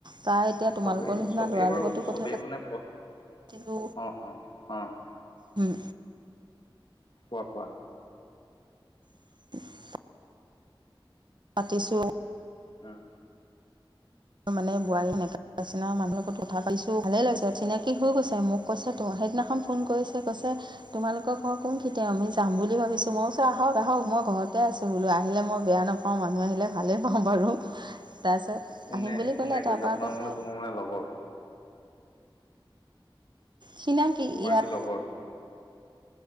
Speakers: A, on the right; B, on the left.
A: প্ৰায় এতিয়া তোমালোকৰ
B: চবেই
A: নিচিনা
B: চবেই
A: ল'ৰাৰ
B: বাৰু
A: লগতো কথা পাতি
B: <inaudible>
A: তিলো
B: অ, অ, অ'।
A: উম।
B: কোৱা, কোৱা
A: <inaudible> পাতিছোঁ আ
B: অ'
A: মানে বোৱাৰী <unintelligible> পাইছে নহয়, মানুহে <unintelligible> ভালে লাগিছে, চিনাকি হৈ গৈছে মোক কৈছেতো, সেইদিনাখন ফোন কৰিছে, কৈছে তোমালোকৰ ঘৰ কোন খিনিতে, আমি যাম বুলি ভাবিছো, মই কৈছোঁ আহক, আহক, মই ঘৰতে আছোঁ বুলো আহিলে মই বেয়া নাপাওঁ, মানুহ আহিলে ভালেই পাওঁ বাৰু। তাৰপিছত
B: কোনে
A: আহিম বুলি
B: কোনে
A: ক'লে, তাৰপা
B: আপোনাৰ
A: কৈছে
B: মানে তোমাৰ লগৰ?
A: চিনাকি
B: তোমাৰ
A: ইয়াত
B: কি লগৰ